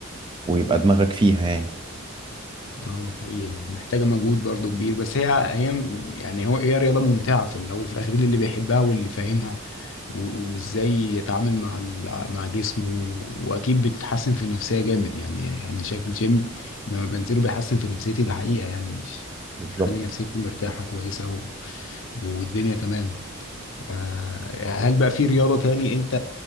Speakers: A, on the right; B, on the left.
A: ويبقى دماغك فيها يعني
B: اه ده حقيقي محتاجه مجهود برضه كبير بس هي هي يعني هو هي رياضه ممتعه في الاول وفي الاخر اللي بيحبها واللي فاهمها و- وازاي يتعامل مع ال- مع جسمه واكيد بتتحسن في النفسيه جامد يعني انا شايف الجيم لما بنزله بيحسن في نفسيتي ده حقيقه يعني مش
A: بالظبط
B: بيخلي نفسيتي مرتاحه كويسه و... والدنيا تمام آه، هل بقى في رياضه تاني انت